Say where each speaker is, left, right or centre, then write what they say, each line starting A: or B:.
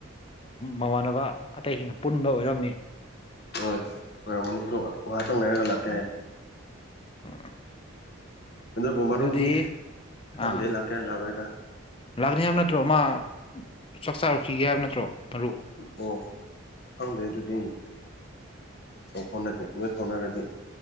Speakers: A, on the left (about 25°); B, on the left (about 50°).
A: ꯃꯃꯥꯟꯅꯕ ꯑꯇꯩꯁꯤꯡꯒ ꯄꯨꯟꯕ ꯑꯣꯏꯔꯝꯅꯤ
B: ꯍꯣꯏ ꯑꯣꯏꯣꯏꯔꯝꯃꯅꯤ ꯑꯗꯣ ꯉꯍꯥꯛꯇꯪ ꯂꯩꯔꯒ ꯂꯥꯛꯀꯦ ꯍꯥꯏ
A: ꯎꯝ
B: ꯑꯗꯨꯕꯨ ꯃꯔꯨꯗꯤ
A: ꯑꯗꯨꯗꯤ
B: ꯈꯪꯗꯦ
A: ꯑꯥ
B: ꯂꯥꯛꯀꯦ ꯂꯥꯛꯔꯣꯏꯗꯥ
A: ꯂꯥꯛꯅꯤ ꯍꯥꯏꯕ ꯅꯠꯇ꯭ꯔꯣ ꯃꯥ ꯆꯥꯛ ꯆꯥꯔꯨꯈꯤꯒꯦ ꯍꯥꯏꯕ ꯅꯠꯇ꯭ꯔꯣ ꯃꯔꯨ
B: ꯑꯣ ꯈꯪꯗꯦ ꯑꯗꯨꯗꯤ ꯑꯣ ꯐꯥꯎꯅꯗꯦ ꯅꯣꯏ ꯐꯥꯎꯅꯔꯗꯤ